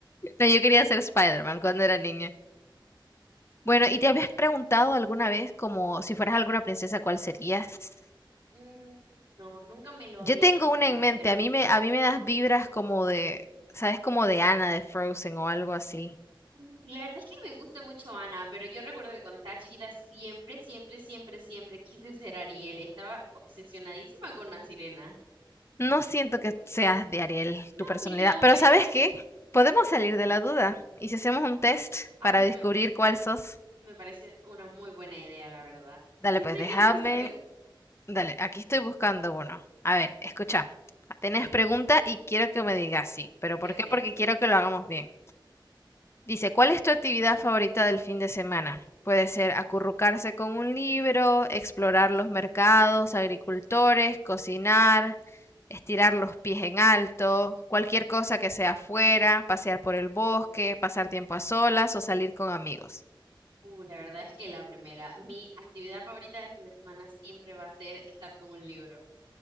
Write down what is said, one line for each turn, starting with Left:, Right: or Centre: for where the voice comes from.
Left: No, yo quería ser Spider-Man cuando era niña. Bueno, ¿y te habías preguntado alguna vez como si fueras alguna princesa, cuál serías?
Right: Mm, no, nunca me lo
Left: Yo
Right: había
Left: tengo
Right: preguntado,
Left: una en mente,
Right: pero
Left: a mí me, a mí me das vibras como de, ¿sabes? Como de Anna de Frozen o algo así.
Right: mm, la verdad es que me gusta mucho Ana, pero yo recuerdo que cuando estaba chiquita siempre, siempre, siempre, siempre quise ser Ariel. Estaba obsesionadísima con la sirena.
Left: No siento que seas de Ariel,
Right: No,
Left: tu personalidad,
Right: ni yo,
Left: pero
Right: pero
Left: ¿sabes qué? Podemos salir de la duda y si hacemos un test
Right: ay,
Left: para descubrir
Right: me,
Left: cuál sos,
Right: me parece una muy buena idea, la verdad.
Left: dale
Right: Siempre
Left: pues déjame,
Right: he querido saber.
Left: dale, aquí estoy buscando uno. A ver, escucha, tenés
Right: Ok.
Left: pregunta y quiero que me digas sí, pero
Right: Ok,
Left: ¿por qué?
Right: ok.
Left: Porque quiero que lo hagamos bien. Dice, ¿cuál es tu actividad favorita del fin de semana? Puede ser acurrucarse con un libro, explorar los mercados, agricultores, cocinar, estirar los pies en alto, cualquier cosa que sea afuera, pasear por el bosque, pasar tiempo a solas o salir con amigos.
Right: Uh, la verdad es que la primera, mi actividad favorita de fin de semana siempre va a ser estar con un libro.